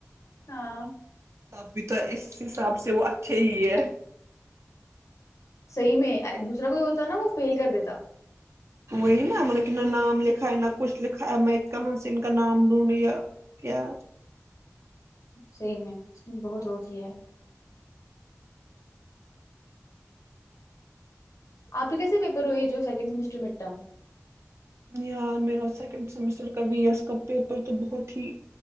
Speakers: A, on the left; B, on the right.
A: ہاں
B: اب بھی تو اس حساب سے سب سے وہ اچھے ہی ہے
A: صحیح میں دوسرا کوئی ہوتا ہے نا تو وہ فیل کر دیتا
B: وہی نہ نام لکھا ہے نہ کچھ لکھا ہے میں کہاں سے ان کا نام ڈھونڈ لیا کیا
A: سحی میں ہے بہت ہوف ہے آپ کے کیسے پیپر ہوئے جو سیکنڈ سیمسٹر مڈ ٹرم
B: یار میرا سیکنڈ سیمسٹر کا بی ایس کا پیپر تو بہت ہی